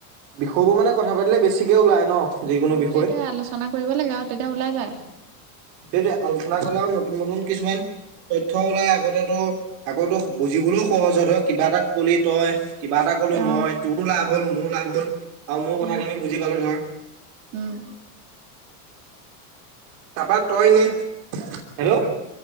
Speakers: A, on the right (about 40°); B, on the right (about 65°).
A: বিষয়বোৰ মানে কথা পাতিলে বেছিকৈ ওলায় ন। যিকোনো
B: অ
A: বিষয়
B: সেইটোৱে আলোচনা কৰিব লাগে আৰু তেতিয়া ওলাই যায়।
A: দে দে আলচনা কৰলাম নতুন নতুন কিছুমান তথ্য ওলাই আগতেটো আগতো বুজিবলৈও সহজ হল ন কিবা এটাত ক'লি তই কিবা এটা কলো
B: অ
A: মই তোৰ লাভ হ'ল মোৰো লাভ হল আৰু মোৰ
B: উম
A: কথাখিনি বুজি পালো নহয়।
B: উম
A: তাৰপৰা তই নি হে'ল্ল'